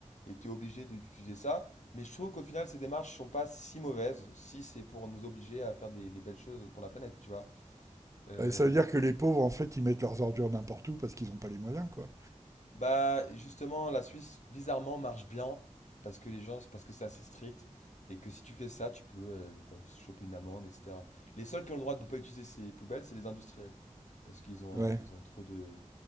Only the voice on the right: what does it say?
Euh, Ça veut dire que les pauvres, en fait, ils mettent leurs ordures n'importe où parce qu'ils n'ont pas les moyens, quoi.
Ouais.